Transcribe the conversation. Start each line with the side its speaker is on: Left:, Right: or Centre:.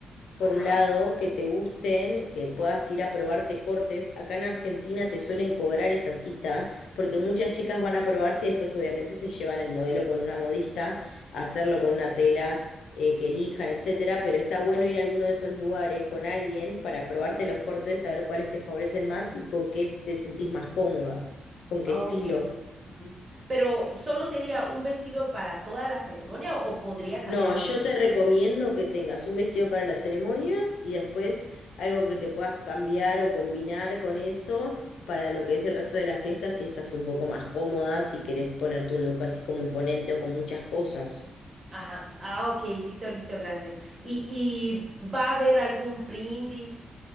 Left: por
Right: Ajá.
Left: un lado, que te gusten, que puedas ir a probarte cortes. Acá en Argentina te suelen cobrar esa cita, porque muchas chicas van a probarse y después obviamente se llevan el modelo con una modista, a hacerlo con una tela eh, que elijan, etcétera. Pero está bueno ir a alguno de esos lugares con alguien para probarte los cortes, saber cuáles te favorecen más y con qué te sentís más cómoda, con
Right: Ah,
Left: qué estilo.
Right: Ok. Ujú. Pero solo sería un vestido para toda la ceremonia o o podría cambiar
Left: No,
Right: de
Left: yo
Right: vestido.
Left: te recomiendo que tengas un vestido para la ceremonia y después algo que te puedas cambiar o combinar con eso para lo que es el resto de la fiesta si estás un poco más cómoda, si querés ponerte un look así como imponente o con muchas cosas.
Right: Ajá. Ah, ok, listo, listo, gracias. ¿Y, y va a haber algún brindis